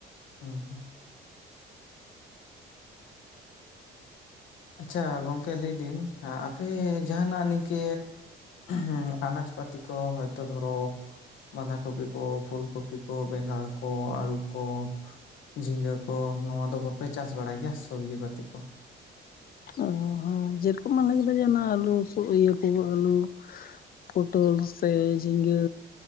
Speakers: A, on the left (about 80°); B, on the left (about 50°).
A: ᱦᱩᱸ, ᱦᱩᱸ ᱾ ᱟᱪᱪᱷᱟ ᱜᱚᱝᱠᱮ ᱞᱟᱹᱭ ᱫᱤᱱ ᱟᱯᱮ ᱡᱟᱦᱟ ᱱᱟᱜ ᱱᱤᱝᱠᱟᱹ ᱦᱩᱸ ᱟᱱᱟᱡᱽ ᱯᱟᱛᱤ ᱠᱚ ᱦᱳᱭ ᱛᱚ ᱫᱷᱚᱨᱚ ᱵᱟᱸᱫᱷᱟ ᱠᱚᱯᱤ ᱠᱚ, ᱯᱷᱩᱞ ᱠᱚᱯᱤ ᱠᱚ, ᱵᱮᱸᱜᱟᱲ ᱠᱚ, ᱟᱹᱞᱩ ᱠᱚ ᱡᱷᱤᱸᱜᱟᱹ ᱠᱚ ᱱᱚᱣᱟ ᱫᱚ ᱵᱟᱯᱮ ᱪᱟᱥ ᱵᱟᱲᱟᱭ ᱜᱮᱭᱟ ᱥᱚᱵᱽᱡᱤ ᱯᱟᱹᱛᱤ ᱠᱚ?
B: ᱚ ᱦᱮᱸ ᱡᱮ ᱨᱚᱠᱚᱢ ᱢᱟᱱᱮ ᱞᱟᱹᱭ ᱫᱟ ᱚᱱᱟ ᱟᱞᱩ ᱠᱚ ᱤᱭᱟᱹ ᱠᱚ ᱛᱤᱸᱜᱩ ᱟᱹᱞᱩ, ᱯᱚᱴᱚᱞ ᱥᱮ ᱡᱷᱤᱸᱜᱟᱹ